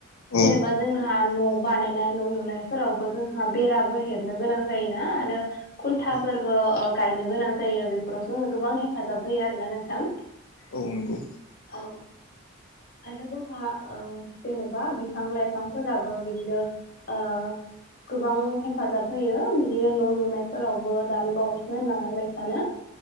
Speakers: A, on the left; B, on the left.
A: औ
B: जेनेबा जोंहा न' बानायनाय न' लुनायफोरावबो जोंहा बेराफोर हेबनो गोनां जायोना आरो खुन्थाफोरबो
A: औ
B: गायनो गोनां जायो बेफोराव जोंनो गोबां हेफाजाब होयो आरोना नोंथां
A: औ नंगौ
B: औ आरो जोंहा ओ जेनेबा बिफां लाइफांफोराबो बिदिनो ओ गोबां हेफाजाब होयो बिदिनो न' लुनायफोरावबो दानि बावैसो होनलांनाय बायसानो